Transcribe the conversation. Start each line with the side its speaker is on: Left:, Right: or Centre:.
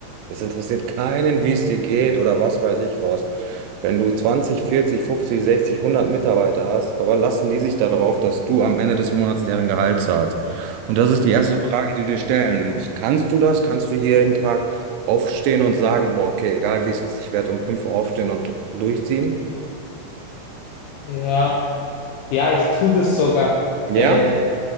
Right: Es interessiert keinen, wie es dir geht oder was weiß ich was. Wenn du zwanzig vierzig fünfzig sechzig hundert Mitarbeiter hast, verlassen die sich darauf, dass du am Ende des Monats deren Gehalt zahlst. Und das ist die erste Frage,
Left: ja,
Right: die du dir stellen musst. Kannst du das? Kannst du jeden Tag aufstehen und sagen, boah, okay, egal wie es ist, ich werde um fünf Uhr aufstehen und durchziehen?
Left: ja. Ja, ich tue das sogar
Right: Ja?
Left: äh,